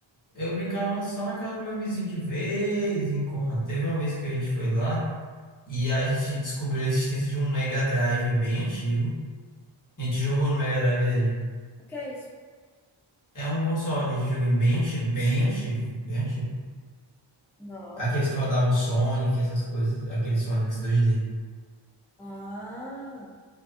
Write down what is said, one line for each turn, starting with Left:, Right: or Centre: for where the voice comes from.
Left: Eu brincava só na casa do meu vizinho de vez em quando. Teve uma vez que a gente foi lá. E a gente descobriu a existência de um Mega Drive bem antigo. A gente jogou no Mega Drive dele.
Centre: O que é isso?
Left: É um console de videogame bem antigo, bem antigo, bem antigo.
Centre: Nossa.
Left: Aqueles que rodavam Sonic, essas coisas, aqueles Sonics dois d
Centre: Ah,